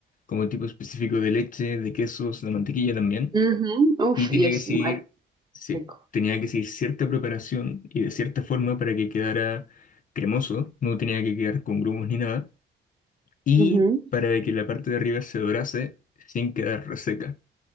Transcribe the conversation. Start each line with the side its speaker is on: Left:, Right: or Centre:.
Left: como tipo específico de leche, de quesos, de mantequilla también,
Right: ujú. Uf,
Left: y tenía
Right: y es
Left: que seguir,
Right: mal
Left: sí,
Right: rico.
Left: tenía que seguir cierta preparación y de cierta forma para que quedara cremoso, no tenía que quedar con grumos ni nada, y
Right: Ujú,
Left: para que la parte de arriba se dorase sin quedar reseca.